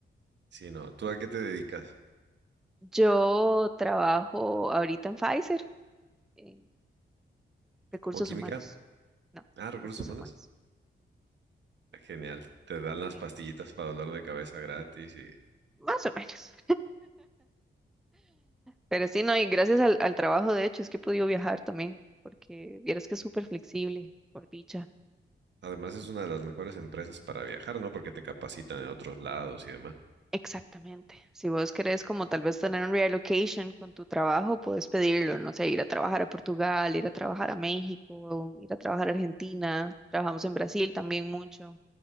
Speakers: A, on the right; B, in the centre.
A: sí, no. ¿Tú a qué te dedicas?
B: Yo trabajo ahorita en Pfizer, en recursos
A: ¿Como química?
B: humanos. No,
A: Ah,
B: recursos
A: recursos humanos.
B: humanos.
A: Ah, Genial. Te dan las
B: sí,
A: pastillitas para dolor de cabeza gratis y
B: Más o menos. Pero sí, no, y gracias al, al trabajo, de hecho, es que he podido viajar también, porque vieras que es súper flexible, por dicha.
A: además es una de las mejores empresas para viajar, ¿no? Porque te capacitan en otros lados y demás.
B: Exactamente. Si vos querés como tal vez tener un reallocation con tu trabajo, puedes pedirlo, no sé, ir a trabajar a Portugal, ir a trabajar a México, ir a trabajar a Argentina, trabajamos en Brasil también mucho.